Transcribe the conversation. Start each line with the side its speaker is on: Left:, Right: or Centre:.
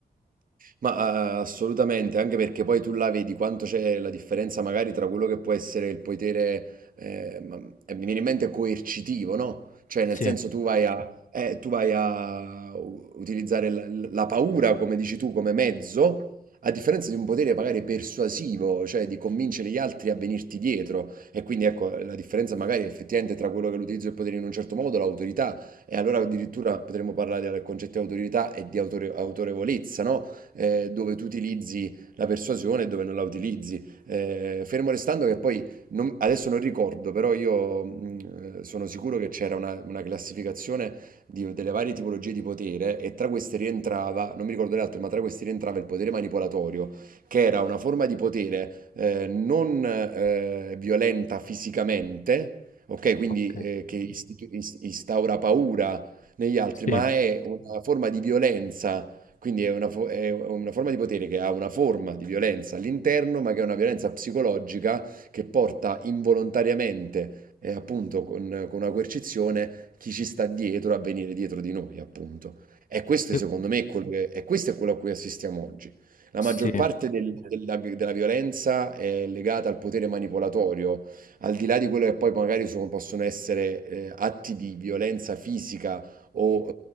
Right: Ma, uhm, assolutamente, anche perché poi tu là vedi quanto c'è la differenza magari tra quello che può essere il potere, ehm, ma e mi viene in mente coercitivo, no, cioè nel
Left: Sì,
Right: senso tu vai a Certo. eh, tu vai a u utilizzare la l la paura, come dici tu, come mezzo, a differenza di un potere magari persuasivo, cioè di convincere gli altri a venirti dietro. E quindi ecco, la differenza magari effettivamente tra quello che è l'utilizzo del potere in un certo modo, l'autorità, e allora addirittura potremmo parlare del concetto di autorità e di autore autorevolezza, no, eh, dove tu utilizzi la persuasione e dove non la utilizzi. Eh, fermo restando che poi, non- adesso non ricordo, però io mh, eh, sono sicuro che c'era una, una classificazione di- delle varie tipologie di potere e tra queste rientrava, non mi ricordo le altre, ma tra queste rientrava il potere manipolatorio, che era una forma di potere eh, non eh, violenta fisicamente. Ok, quindi
Left: Ok.
Right: eh, che istitu- ist- instaura paura negli altri,
Left: sì.
Right: ma è una forma di violenza quindi è una, fo- è una forma di potere che ha una forma di violenza all'interno, ma che è una violenza psicologica che porta involontariamente e appunto con, con una coercizione chi ci sta dietro a venire dietro di noi, appunto. E questo
Left: E-
Right: secondo me è quello, che- e questo è quello a cui assistiamo oggi. La
Left: sì.
Right: maggior parte del- della, della violenza è legata al potere manipolatorio, al di là di quello che poi magari sono- possono essere eh, atti di violenza fisica o